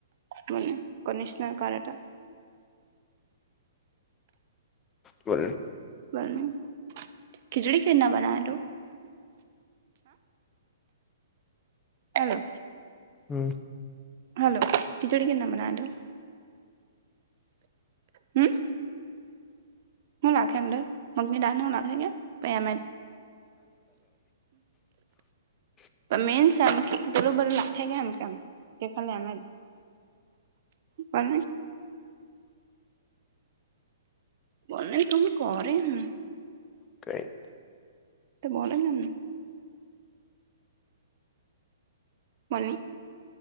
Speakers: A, on the right (about 50°); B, on the left (about 20°).
A: મને કનિશનર કરે તો.
B: બોલ.
A: બને ખીચડી કે રીત ના બનાવા નું હેલો
B: હમ.
A: હલો ખિચડી કે રીતના બનાવે તો હમ હું નાખે અંદર મગની દાળ ને એવું નાખે કે એમજ.
B: <inaudible>
A: તો મેન્સ આમ થી બરોબર લાખે કે એમ કેવ કે ખાલી એમજ. બને. બને તો હું કરે ને.
B: કઈ.
A: તો બોલો અમને. મળ્યું,